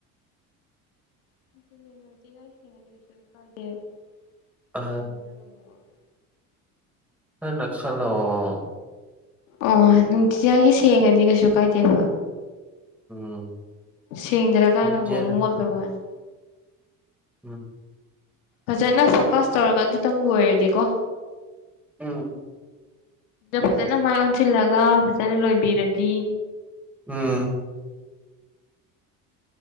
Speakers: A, on the left; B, in the centre.
A: <unintelligible>
B: ꯑ ꯅꯛꯁꯟꯅꯧꯋꯣ
A: ꯑꯣ ꯅꯨꯡꯇꯤꯖꯒꯤ ꯁꯦꯡꯉꯗꯤ ꯀꯩꯁꯨ ꯀꯥꯏꯗꯦꯕ
B: ꯎꯝ
A: ꯁꯦꯡꯗ꯭ꯔꯀꯥꯟꯗꯕꯨ
B: ꯅꯨꯡꯇꯤ
A: ꯃꯣꯠꯄꯩ ꯋꯥꯅꯤ
B: ꯎꯝ
A: ꯐꯖꯅ ꯐꯣꯀꯥꯁ ꯇꯧꯔꯒ ꯑꯗꯨꯇꯪ ꯂꯣꯏꯔꯗꯤꯀꯣ
B: ꯎꯝ
A: ꯗꯨꯗ ꯐꯖꯅ ꯃꯥꯏ ꯑꯣꯟꯁꯤꯟꯂꯒ ꯐꯖꯅ ꯂꯣꯏꯕꯤꯔꯗꯤ
B: ꯎꯝ